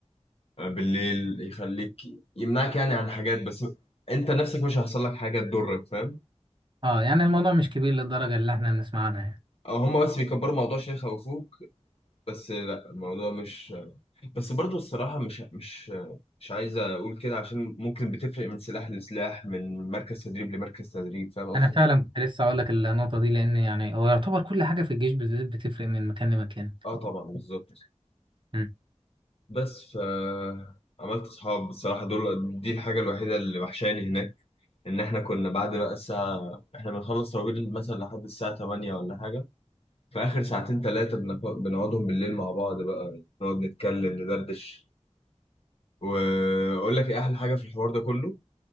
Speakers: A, on the left; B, on the right.
A: آه، بالليل يخليك يمنعك يعني عن حاجات بس انت نفسك مش هيحصل لك حاجة تضرك فاهم
B: اه يعني الموضوع مش كبير للدرجة اللي احنا بنسمع عنها يعني.
A: أو هما بس بيكبروا الموضوع عشان يخوفوك بس لا الموضوع مش بس برضو الصراحة مش مش مش عايز أقول كده عشان ممكن بتفرق من سلاح لسلاح من مركز تدريب لمركز تدريب فاهم قصدي؟
B: انا فعلا كنت لسه اقول لك النقطه دي لان يعني هو يعتبر كل حاجه في الجيش بالذات بتفرق من مكان لمكان
A: اه طبعا بالظبط
B: أمم.
A: بس ف عملت صحاب بصراحة دول دي الحاجة الوحيدة اللي وحشاني هناك إن إحنا كنا بعد بقى الساعة إحنا بنخلص تراويح مثلا لحد الساعة 8 ولا حاجة في آخر ساعتين تلاتة بنق- بنقعدهم بالليل مع بعض بقى نقعد نتكلم ندردش واقول لك ايه احلى حاجه في الحوار ده كله